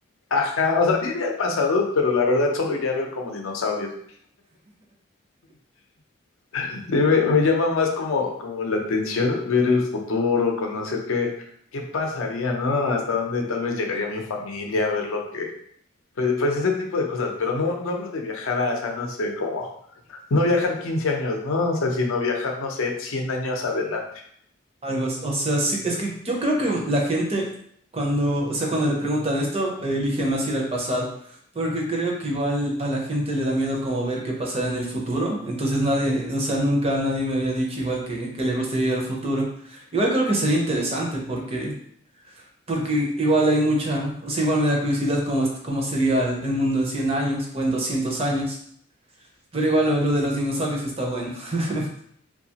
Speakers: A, on the left; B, on the right.
A: Ajá, o sea, sí iría al pasado, pero la verdad solo iría a ver como dinosaurios. Sí, me, me llama más como, como la atención ver el futuro, conocer qué, qué pasaría, ¿no? Hasta dónde tal vez llegaría mi familia, ver lo que Pues, pues ese tipo de cosas, pero no, no hablo de viajar a, o sea, no sé, como no viajar 15 años, ¿no? O sea, sino viajar, no sé, cien años adelante.
B: Algo, o sea, sí, es que yo creo que la gente cuando, o sea, cuando le preguntan esto, eh, elige más ir al pasado, porque creo que igual a la gente le da miedo como ver qué pasará en el futuro, entonces nadie, o sea, nunca nadie me había dicho igual que, que le gustaría ir al futuro. Igual creo que sería interesante porque, porque igual hay mucha, o sea, igual me da curiosidad cómo, es- cómo sería el, el mundo en 100 años o en 200 años, pero igual lo, lo de los dinosaurios está bueno. <laughs>